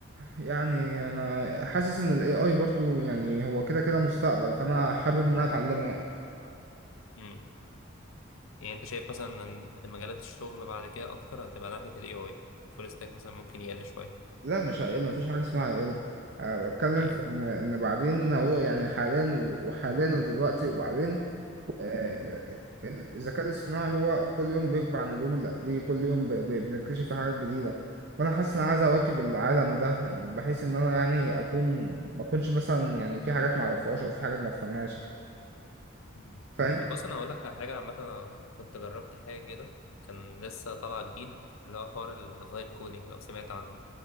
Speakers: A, on the right; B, on the left.
A: يعني انا حاسس ان الاي اي برضو يعني هو كده كده مستقبل فانا حابب ان انا اتعلمه يعني
B: امم يعني انت شايف مثلا ان مجالات الشغل بعد كده اكتر هتبقى ناحيه الاي اي فول ستاك مثلا ممكن يقل شويه
A: لا مش هقل مفيش حاجه اسمها هقل أه بتكلم
B: مم.
A: في إن إن بعدين هو يعني حاليا و- وحاليا ودلوقتي وبعدين آه، ال- الذكاء الاصطناعي هو كل يوم بيكبر عن اليوم اللي قبليه كل يوم ب- ب- بنكتشف فيه حاجات جديدة فأنا حاسس إن أنا عايز أواكب العالم ده بحيث إن أنا يعني أكون ما أكونش مثلا يعني في حاجات ما أعرفهاش أو في حاجات ما أفهمهاش
B: مم.
A: فاهم؟
B: طب بص انا هقول لك على حاجه عامه انا كنت جربت حاجه كده كان لسه طالع جديد اللي هو حوار الفايب كودينج لو سمعت عنه